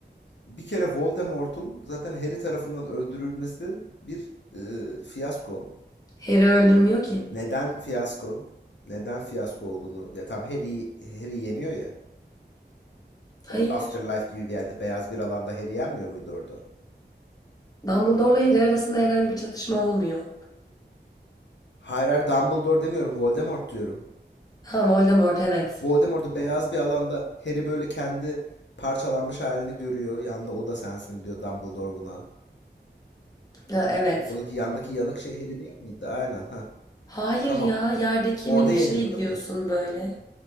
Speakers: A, on the left (about 75°); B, on the left (about 20°).
A: bir kere Voldemort'un zaten Harry tarafından öldürülmesi bir e, fiyasko.
B: Harry öldürmüyor ki.
A: Neden fiyasko? Neden fiyasko olduğunu. Ya tam Harry Harry yeniyor ya.
B: Hayır.
A: Afterlife gibi bir yerde beyaz bir alanda Harry yenmiyor muydu orada?
B: Dumbledore'la Harry arasında herhangi bir çatışma olmuyor.
A: Hayır hayır Dumbledore demiyorum, Voldemort diyorum.
B: Ha Voldemort evet.
A: Voldemort'u beyaz bir alanda Harry böyle kendi parçalanmış halini görüyor. Yanda o da sensin diyor Dumbledore buna.
B: Ha, evet.
A: Oradaki yandaki yanık şey Harry değil miydi? Aynen ha.
B: Hayır
A: Tamam.
B: ya yerdeki
A: Orada
B: minik
A: yeniyordu
B: şeyi
A: değil
B: diyorsun
A: mi?
B: böyle.